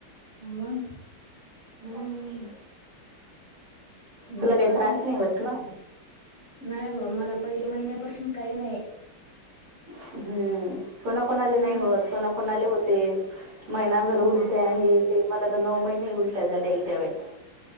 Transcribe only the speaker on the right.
हमम
तुला काही
त्रास नाही होत न?
हम्म कोणा कोणाले नाही
होत कोणा कोणाले होत ते महिनाभर
उलट्या हे ते मला तर नऊ महिने उलट्या झाल्या हीच्या वेळेस